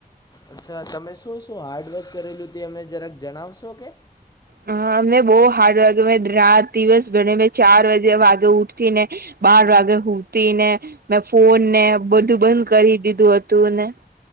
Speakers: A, on the left; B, on the right.
A: અચ્છા તમે શું શું હાર્ડવર્ક કરેલું અમે જરાક જણાવશો કે?
B: હ અમને બહ હાર્ડ વર્ક અ રાત દિવસ ગણે મે ચાર વાગે વાગે ઉઠી ને- બહાર વાગે હુંતી ને- મેં ફોન ને બધું બંધ કરી દીધું હતું ને-